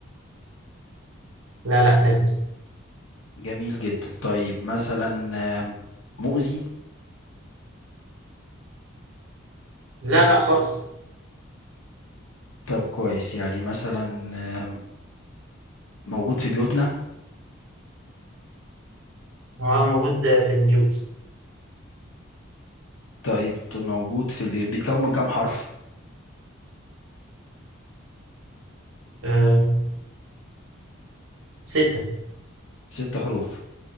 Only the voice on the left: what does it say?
جميل جدا طيب مثلا آم، مؤذي
طب كويس يعني مثلا آم، موجود في بيوتنا
طيب ت- موجود في البيوت بيتكون من كام حرف
ست حروف